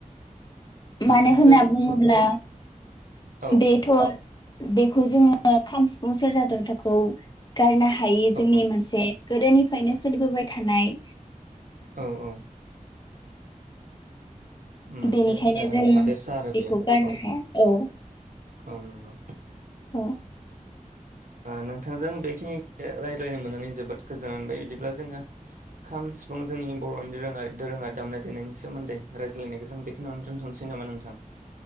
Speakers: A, on the right; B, on the left.
A: नोंथांजों
B: मानो होनना बुङोब्ला
A: औ
B: बेथ बेखौ जोङो खाम सिफुं सेरजा दरथाखौ गारनो हा हायि
A: औ
B: जोंनि मोनसे गोदोनिफ्रायनो सोलिबोबाय थानाय
A: औ औ मोनसे
B: बेनिखायनो
A: ओ
B: जों
A: थादेरसा
B: बेखौ
A: आरो बेयो
B: गारनो
A: औ
B: हाया औ
A: औ नंगौ
B: औ
A: ओ नोंथांजों बेखिनि रायज्लायनो मोननानै जोबोद गोजोननाय मोनबाय बिदिब्ला जोङो खाम सिफुं जोंनि बरनि दोरोङारि दोरोङारि दामनाय देनायनि सोमोन्दै रायज्लायनायखौ जों बेखिनियावनो दोनथनोसै नामा नोंथां